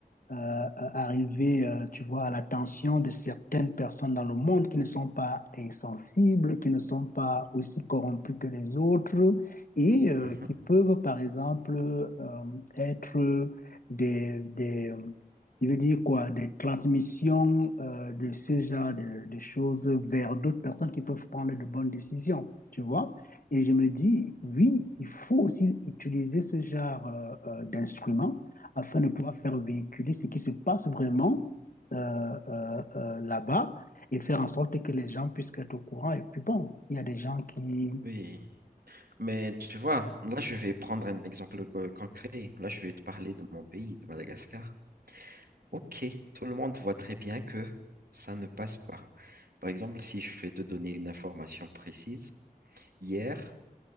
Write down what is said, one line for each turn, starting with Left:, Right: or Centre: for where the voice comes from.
Left: euh, euh, arriver, euh, tu vois, à l'attention de certaines personnes dans le monde qui ne sont pas insensibles, qui ne sont pas aussi corrompues que les autres et euh,
Right: mhm.
Left: qui peuvent, par exemple, euh, être des, des il veut dire quoi? Des transmissions euh, de ce genre de, de choses vers d'autres personnes qui peuvent prendre de bonnes décisions, tu vois? Et je me dis, oui, il faut aussi utiliser ce genre euh, euh, d'instruments afin de pouvoir faire véhiculer ce qui se passe vraiment euh, euh, euh, là-bas et faire en sorte que les gens puissent être au courant. Et puis bon, il y a des gens qui...
Right: Oui. Mais tu vois, là, je vais prendre un exemple co- concret. Là, je vais te parler de mon pays, de Madagascar. Ok, tout le monde voit très bien que ça ne passe pas. Par exemple, si je vais te donner une information précise, hier,